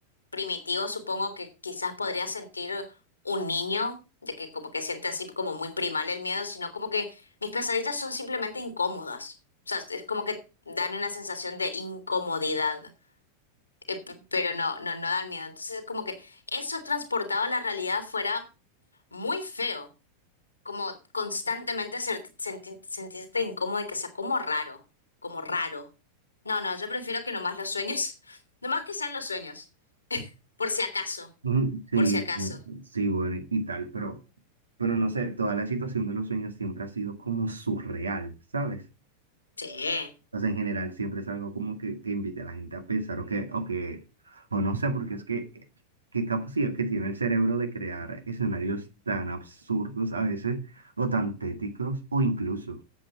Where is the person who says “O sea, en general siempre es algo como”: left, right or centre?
Right